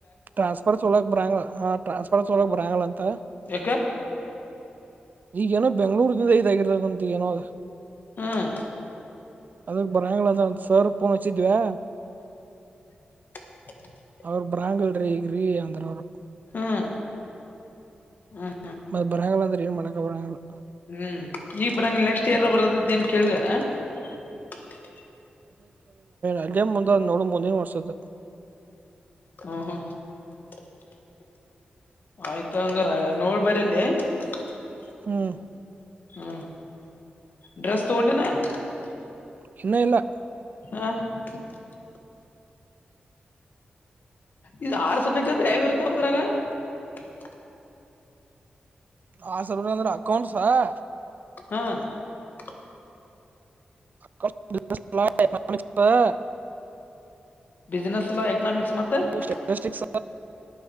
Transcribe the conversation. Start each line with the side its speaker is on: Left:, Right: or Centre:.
Right: ಟ್ರಾನ್ಸ್ಫರ್, ತಾಕೊಲೊಕ್ಬರಲ್ಲ, ಆ. <inaudible> ಟ್ರಾನ್ಸ್ಫರ್, ತರೋಕ್ಕೇಬಾರಲ್ಲಾ, ಅಂತ,
Left: ಯಾಕ
Right: ಈಗ ಏನೋ, ಬೆಂಗಳೂರ್, ಇದಾಗಿ. <inaudible> ಈಗಬಂತು, ನೋಡು, ಏನು, ಅ,
Left: ಹ್ಮ್
Right: ಅದಕ್ಕೆ, ಬರೋದು, ಹತ್ತುಸಾವಿರ, ರೂಪಾಯಿ. <inaudible> ತಿಧವಾ. <inaudible>
Left: <inaudible> <unintelligible>
Right: ಅವ್ರ, ಬಾರಂಗುಇಲೂರಿ, ಈಗ್ರೀ, ಅಂದ್ರಿ, ಅವರು. <inaudible>
Left: ಹಾ, ಹ. <unintelligible>
Right: ಮತ್ತು, ಬರೋಂಗು, ಹೇಳಿಕೆಒಗುಬೇಡಿಯವನ್ನ. <inaudible>
Left: ಹ್ಮ್, ಈಗ ಬರಂಗ, ಇಲ್ಲ, ನೆಕ್ಸ್ಟ್, ಇಯರ್, ಬರದು, ಅಂತ ಏನ್ ಕೇಳ್ರನಾ. <unintelligible>
Right: ಅಗೈನ್, ಮುನ್ಧೆಯೋಗಿನೋಡು, ಮುಂದಿನ, ವರ್ಷದು. <inaudible>
Left: ಹ್ಮ ಹ್ಮ <inaudible> <unintelligible> ಆಯ್ತು, ಹಂಗಾರ, ನೋಡುಬೇಡೇಲ್ಲಿ. <unintelligible>
Right: ಹ್ಮ. <inaudible>
Left: ಹ್ಮ, ಡ್ರೆಸ್ ತಗೊಂಡೆ, ಏನು. <unintelligible>
Right: ಇನ್ನೂ, ಇಲ್ಲ. <inaudible>
Left: ಹಾ. <unintelligible> ಇದು, ಆರುಸ, ಬೇಕಂದ್ರೆ! ಐರ್ತ ಹೋದ್ರಾಗ. <inaudible>
Right: ಆ, ಸ್ಯಾಬಿನಲೂ, ಅಂದ್ರ ಅಕೌಂಟ್ಸಾ. <inaudible>
Left: ಹಾ.. <unintelligible>
Right: <unintelligible> <inaudible>
Left: ಬಸ್ಸಿನೆಸ್ಸೆಲ್ಲಾ, ಎಕನಾಮಿಕ್ಸ್ ಮತ್ತೆ? <unintelligible>
Right: ಸ್ಟೆಟಿಸ್ಟಿಕ್ಸ್